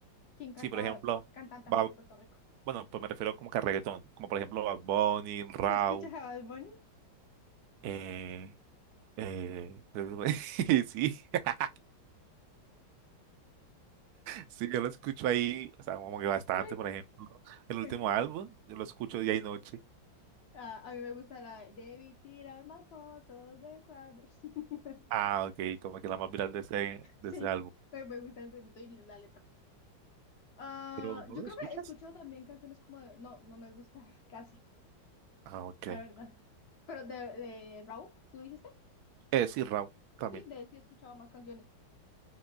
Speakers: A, on the left; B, on the right.
A: ¿Quién canta
B: Sí, por ejemplo,
A: cantantes
B: Bad-
A: es de Puerto Rico?
B: bueno, pues me refiero como que a reggaetón, como por ejemplo Bad Bunny, Rauw,
A: ¿Tú escuchas a Bad Bunny?
B: eh, eh, <laughs> sí, <laughs> sí, yo lo escucho ahí, o sea, como que bastante,
A: Ok,
B: por ejemplo, ¿no? el último
A: ok.
B: álbum, yo lo escucho día y noche.
A: Ah, a mí me gusta la de Debí tirar más fotos de cuadros. <laughs>
B: Ah, ok, como que la más viral de ese, de
A: Sí,
B: ese álbum.
A: me, me gusta el ritmo y la letra. Ah,
B: Pero, ¿no
A: yo
B: lo
A: creo
B: escuchas?
A: que he escuchado también canciones como de... No, no me gusta <laughs> casi,
B: Ah, ok.
A: la verdad. Pero de, de Raúl, ¿tú dijiste?
B: Eh, sí, Rauw también.
A: Sí, de él sí he escuchado más canciones.